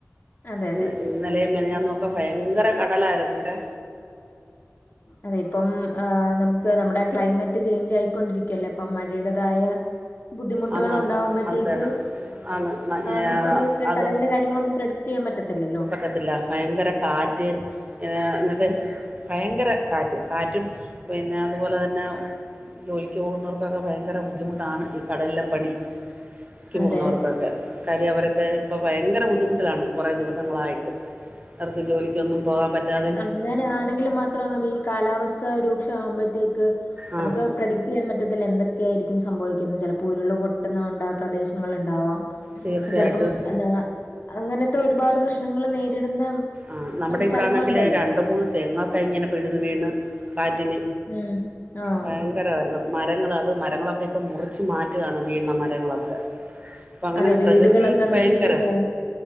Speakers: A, on the left (about 50°); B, on the right (about 30°).
A: അതെ അതെ
B: ഉം ഉം ഇന്നലെയും മിനിഞാനും ഒക്കെ ഭയങ്കര കടലായിരുന്നു ഇവടെ
A: അതെ ഇപ്പം ആഹ് നമുക്ക് നമ്മുടെ ക്ലൈമറ്റ് ചെയ്ഞ്ച് ആയിക്കൊണ്ടിരിക്കല്ലേ ഇപ്പം മഴയടതായ ബുദ്ധിമുട്ടുകൾ
B: ആന്നാന്ന്
A: ഉണ്ടകുമ്പോഴത്തേക്ക്
B: അതിൻ്റെ ഇത് ആന്ന് ന- ഏ,
A: നമുക്കത്
B: അത്
A: കടലി കാര്യ ങ്ങളന്നും പ്രഡിറ്റയ്യാൻ പറ്റത്തില്ലല്ലൊ
B: പറ്റില്ല. ഭയങ്കര കാറ്റ് ആഹ് ന്നട്ട് ഭയങ്കര കാറ്റ് കാറ്റും പിന്നെ അതുപോലെ തന്നെ ജോലിക്ക് പോകുന്നവർക്കൊക്കെ ഭയങ്കര ബുദ്ധിമുട്ടാണ് ഈ കടലിലെ പണി ക്കി പോകുന്നവർക്കൊക്കെ
A: അതെ
B: കാര്യ അവരൊക്കെ ഇപ്പോൾ ഭയങ്കര ബുദ്ധിമുട്ടിലാണ് കൊറേ ദിവസങ്ങളായിട്ട് അവർക്ക് ജോലിക്കൊന്നും പോകാൻ പറ്റാതെ
A: അങ്ങനെണെങ്കിൽ മാത്രം നമ്മ ഈ കാലാവസ്ഥ രൂക്ഷമാവുമ്പോഴത്തേക്ക്
B: ആ
A: നമുക്ക് ചെയ്യാൻ പറ്റത്തില്ല എന്തൊക്കെയ ആയിരിക്കും സംഭവിക്കുന്നത് ചെലപ്പോൾ ഉരുൾ പൊട്ടുന്ന കൊണ്ട പ്രദേശങ്ങൾ ഉണ്ടാവാം
B: തീർച്ചയായിട്ടും
A: ചെലപ്പം എന്താ അങ്ങനത്തെ ഒരുപാട് പ്രശ്നങ്ങൾ നേരിടുന്ന
B: ആഹ് നമ്മുടെ
A: ഉം, സ്ഥലങ്ങളുണ്ടല്ലോ
B: ഇവിടൊണെങ്കില് രണ്ട് മൂന്ന് തെങ്ങൊക്കെ ഇങ്ങനെ പഴുതു വീണ് കാറ്റിന്
A: ഉം ആഹ്
B: ഭയങ്കരമായിരുന്നു മരങ്ങൾ അത് മരങ്ങളൊക്കെ ഇപ്പോ മുറിച്ചു മാറ്റുകയാണ് ഭീമമരങ്ങളൊക്കെ അപ്പോ അങ്ങനെ
A: അതെ വീടുകളൊക്കെ
B: പ്രകൃതിഭയങ്കര
A: നശിച്ചു പോവും